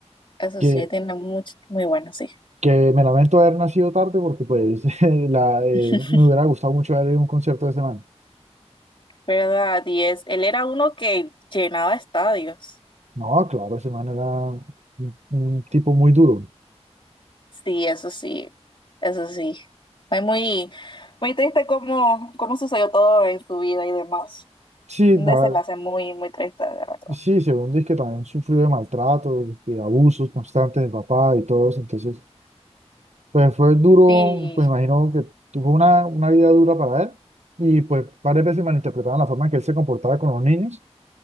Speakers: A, on the left (about 50°); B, on the right (about 80°).
A: Eso
B: Que,
A: sí, tiene mucho, muy bueno, sí.
B: que me lamento haber nacido tarde porque pues <laughs> la, eh,
A: <laughs>
B: me hubiera gustado mucho ver un concierto de ese man.
A: ¿Verdad? Y es, él era uno que llenaba estadios.
B: No, claro, ese man era un, un tipo muy duro.
A: Sí, eso sí, eso sí. Es muy, muy triste cómo, cómo sucedió todo en su vida y demás.
B: Sí,
A: Un
B: no,
A: desenlace muy, muy triste, de verdad.
B: Sí, según dice que también sufrió de maltrato de abusos constantes del papá y todo eso. Entonces, pues fue duro,
A: Sí,
B: pues imagino que tuvo una, una vida dura para él y pues varias veces malinterpretaban la forma en que él se comportaba con los niños,